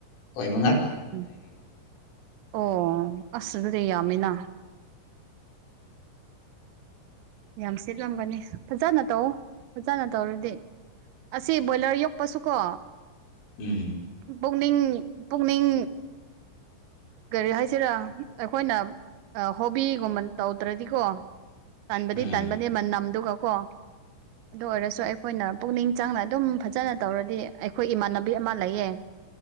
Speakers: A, on the left; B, on the right.
A: ꯑꯣꯏ ꯃꯉꯥ
B: ꯎꯝ ꯑꯣ ꯑꯁꯁꯨꯗꯤ ꯌꯥꯝꯃꯤꯅ ꯌꯥꯝ ꯁꯤꯦꯠꯂꯝꯒꯅꯤ ꯐꯖꯅ ꯇꯧ ꯐꯖꯅ ꯇꯧꯔꯗꯤ ꯑꯁꯤ ꯕꯣꯏꯂꯔ ꯌꯣꯛꯄꯁꯨ ꯀꯣ
A: ꯎꯝ
B: ꯄꯨꯛꯅꯤꯡ ꯄꯨꯛꯅꯤꯡ ꯀꯔꯤ ꯍꯥꯏꯁꯤꯔꯥ ꯑꯩꯈꯣꯏꯅ ꯑ ꯍꯣꯕꯤꯒꯨꯝꯕ ꯇꯧꯗ꯭ꯔꯗꯤꯀꯣ ꯇꯟꯕꯗꯤ
A: ꯎꯝ
B: ꯇꯟꯕꯅꯦ ꯃꯅꯝꯗꯨꯒ ꯀꯥ ꯑꯗꯨ ꯑꯣꯏꯔꯁꯨ ꯑꯩꯈꯣꯏꯅ ꯄꯨꯛꯅꯤꯡ ꯆꯪꯅ ꯑꯗꯨꯝ ꯐꯖꯅ ꯇꯧꯔꯗꯤ ꯑꯩꯈꯣꯏ ꯏꯃꯥꯟꯅꯕꯤ ꯑꯃ ꯂꯩꯌꯦ